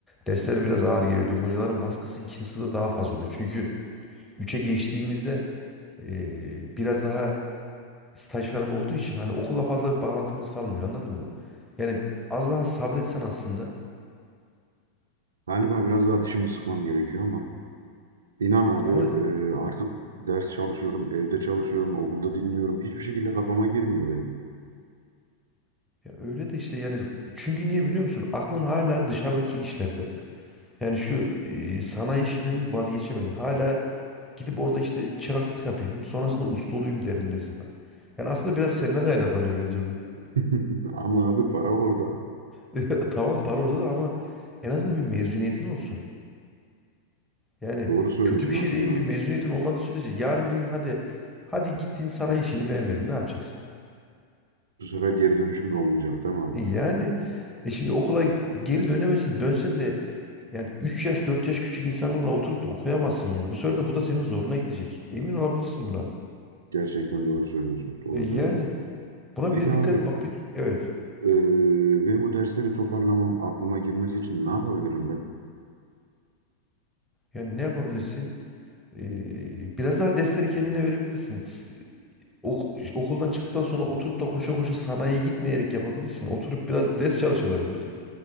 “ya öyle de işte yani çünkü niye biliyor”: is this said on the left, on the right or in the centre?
Centre